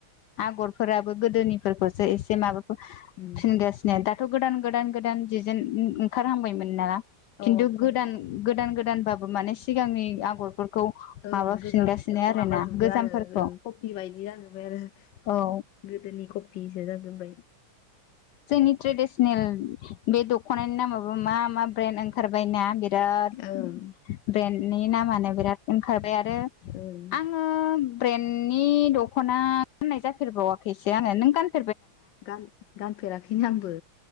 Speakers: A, on the left; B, on the left.
A: आगरफोराबो गोदोनि <unintelligible> एसे माबाखौ
B: उम
A: फिनगासिनो दाथ' गोदान- गोदान- गोदान दिजेन ओंखारहांबायमोन ना।
B: अ
A: खिन्थु गोदान- गोदान- गोदानबाबो माने सिगांनि आगरफोरखौ <unintelligible>
B: ओं
A: माबाफिनगासिनो
B: गोजामनिखौसो
A: आरोना
B: माबाजोबदो
A: गोजामफोरखौ
B: आरो ओं कपि बायदि जाजोब्बाय आरो
A: औ।
B: गोदोनि कफिसो जाजोब्बाय।
A: जोंनि ट्रेडिसनेल, बे दख'नानि नामाबो मा -मा ब्रेन्ड ओंखारबाय ना बे बिराद
B: ओं
A: ब्रेन्डनि नामानो बिराद ओंखारदों। ओमफ्राय आरो
B: ओं
A: आङो ब्रेन्डनि दख'ना गाननाय जाफेरबावाखैसो आङो। नों <unintelligible>
B: गान-गानफेराखैनो आंबो